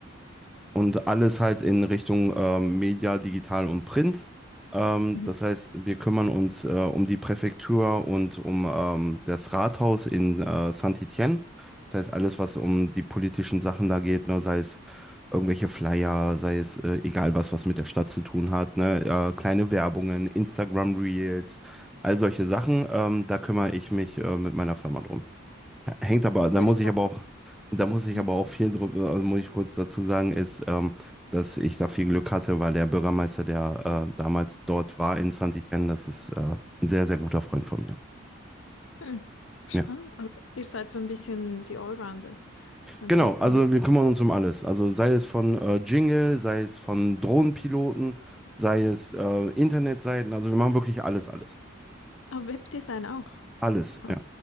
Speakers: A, in the centre; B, on the left.
A: und alles halt in Richtung ähm, Media, Digital und Print. Ähm,
B: Mhm.
A: das heißt, wir kümmern uns äh, um die Präfektur und um ähm, das Rathaus in äh, Saint-Étienne. Das heißt, alles, was um die politischen Sachen da geht, ne, sei es irgendwelche Flyer, sei es äh, egal was, was mit der Stadt zu tun hat, ne, äh, kleine Werbungen, Instagram Reels, all solche Sachen, ähm, da kümmere ich mich äh, mit meiner Firma drum. Hängt aber, da
B: So
A: muss
B: ihr seid-
A: ich aber auch, da muss ich
B: ja.
A: aber auch viel drüber, also muss ich kurz dazu sagen, ist, ähm, dass ich da viel Glück hatte, weil der Bürgermeister, der äh, damals dort war in Saint-Étienne, das ist äh, ein sehr, sehr guter Freund von mir.
B: Hm. Spannend.
A: Ja.
B: Also ihr seid so ein bisschen die Allrounder, wenn
A: Genau,
B: es um
A: also
B: Comic.
A: wir kümmern uns um alles. Also sei es von äh, Jingle, sei es von Drohnenpiloten, sei es äh, Internetseiten, also wir machen wirklich alles, alles.
B: Ah, Webdesign auch.
A: Alles,
B: Ha,
A: ja.